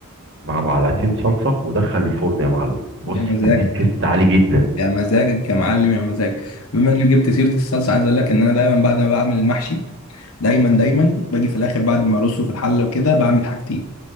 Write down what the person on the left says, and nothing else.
يا مزاجك
يا مزاجك يا معلم يا مزاجك بما انك جبت سيره الصلصه عايز اقول لك ان انا دايما بعد ما بعمل المحشي دايما دايما باجي في الاخر بعد ما ارصه في الحله وكده بعمل حاجتين